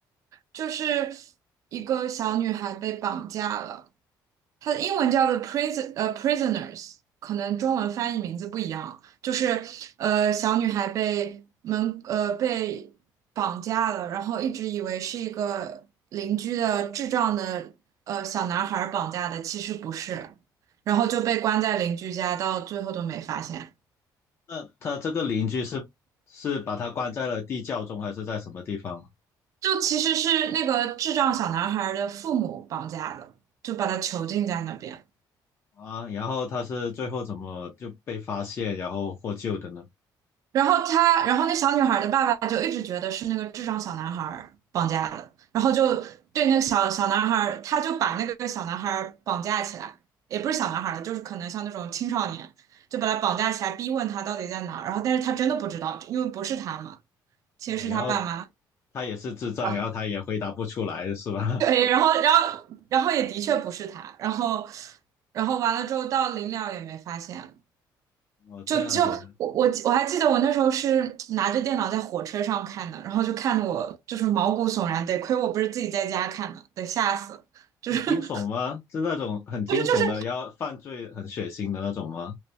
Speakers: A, on the right; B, on the left.
A: 就是一个小女孩被绑架了。它的英文叫做 prison 呃 prisoners，可能中文翻译名字不一样，就是呃小女孩被门呃被绑架了，然后一直以为是一个邻居的智障的呃小男孩绑架的，其实不是，然后就被关在邻居家，到最后都没发现，
B: 那他这个邻居是是把他关在了地窖中，还是在什么地方
A: 就其实是那个智障小男孩的父母绑架的，就把他囚禁在那边。
B: 啊？然后他是最后怎么就被发现，然后获救的呢？
A: 然后他，然后那小女孩的爸爸就一直觉得是那个智障小男孩绑架的，然后就对那个小小男孩他就把那个小男孩绑架起来，也不是小男孩了，就是可能像那种青少年，就把他绑架起来，逼问他到底在哪儿，然后但是他真的不知道，因为不是他嘛，其实是他爸妈。
B: 哦，然后他也是智障，
A: 啊
B: 然后他也回答不出来，是吧？
A: 对，然后，然后，然后也的确不是他，然后，然后完了之后到临了也没发现，
B: <laughs> 哦，这样子
A: 就就我我我还记得我那时候是拿着电脑在火车上看的，然后就看得我就是毛骨悚然，得亏我不是自己在家看的，得吓死了就是
B: 很惊悚吗？
A: <laughs>
B: 是那种很惊悚的，
A: 不是就是
B: 然后犯罪很血腥的那种吗？